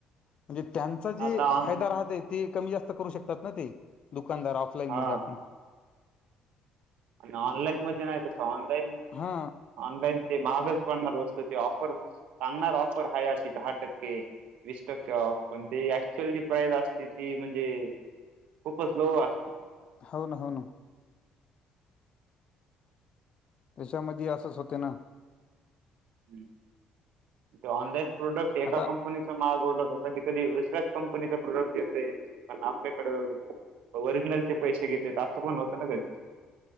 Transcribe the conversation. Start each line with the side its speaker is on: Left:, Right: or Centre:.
Left: म्हणजे त्यांचा जे
Right: आता ऑन
Left: फायदा राहत ते कमी जास्त करू शकतात ना ते, दुकानदार लाईन
Right: हा
Left: मधे आपूण.
Right: आणि ऑनलाईन मध्ये नाही तस ऑनलाईन
Left: हा
Right: ऑनलाईन ते महागज पडणार वस्तू ते ऑफर, सांगणार ऑफर आहे अशी दहा टक्के. वीस टक्के ऑफ पण ती ऍक्च्युअल जी प्राईस असते ती म्हणजे खूपच लो असती.
Left: हाव ना हाव ना. त्याच्यामध्ये असंच होते ना.
Right: हम्म, ते ऑनलाईन प्रोडक्ट एका
Left: आता
Right: कंपनीच मागवला का कधी कधी वीसऱ्याच कंपनीचा प्रोडक्ट येतय, पण आपल्याकडं ओरिजिनलचे पैसे घेतात असं पण होतं ना कधी.